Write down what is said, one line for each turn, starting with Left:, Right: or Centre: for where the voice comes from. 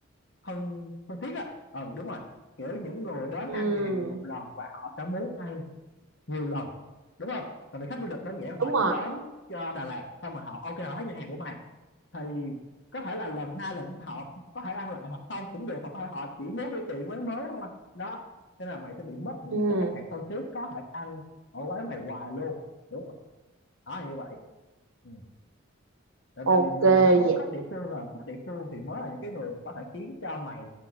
Left: thân thân thiết á. Ừ đúng rồi. Kiểu những người đến
Right: ừ
Left: ăn nhà hàng mình một lần và họ sẽ muốn ăn nhiều lần. Đúng không? Tại vì khách du lịch đơn giản
Right: đúng
Left: họ
Right: rồi
Left: chỉ đến ờ, Đà Lạt xong mà họ ok họ thấy nhà hàng của mày thì có thể là lần hai lần ba họ có thể ăn lại hoặc không cũng được hoặc thôi họ chỉ muốn đi tìm quán mới thôi đó nên là mày sẽ bị mất những
Right: ừ
Left: cái tệp khách hàng thân thiết có thể ăn ở quán mày hoài luôn đúng không đó là như vậy Ừ. tại
Right: ok
Left: vì mình
Right: vậy
Left: đã mất khách địa phương rồi khách địa phương thì mới là những cái người mà có thể khiến cho mày